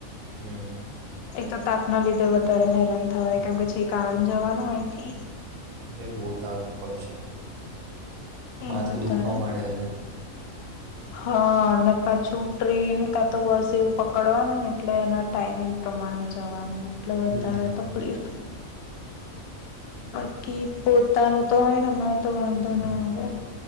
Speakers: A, on the right; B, on the left.
A: હમ્મ.
B: એક તો તાપના લીધે વધ ધારે હેરાન થવાય કેમ કે છેક આણંદ જવાનું અહીંથી.
A: અરે બહ તાવ હોય છે. માથું
B: એ વધારે
A: દુખવા માંડે છે.
B: હા અને પાછું ટ્રેન કા તો બસ એવું પકડવાનું ને એટલે એના ટાઈમિંગ પ્રમાણે જવાનું. એટ વધારે
A: હમ
B: તકલીફ. બાકી પોત પોતા ન તો હોય ને હમણાં તો વાંધો ના આવે.